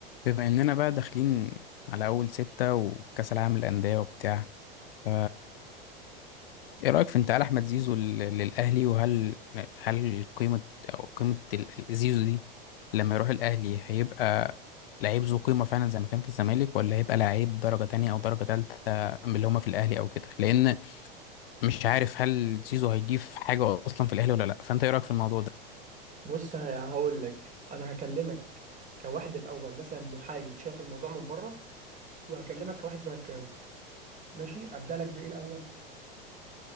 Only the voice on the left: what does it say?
بما اننا بقى داخلين على اول ستة وكأس العالم للأندية وبتاع ف ايه رأيك في انتقال احمد زيزو لل- للأهلي وهل هل قيمة او قيمة ال- ال- زيزو دي لما يروح الأهلي هيبقى لعيب ذو قيمة فعلا زي ما كان في الزمالك ولا هيبقى لعيب درجة تانية او درجة تالتة من اللي هما في الأهلي او كده لأن مش عارف هل زيزو هيضيف حاجة اصلا في الأهلي ولا لا فانت ايه رأيك في الموضوع ده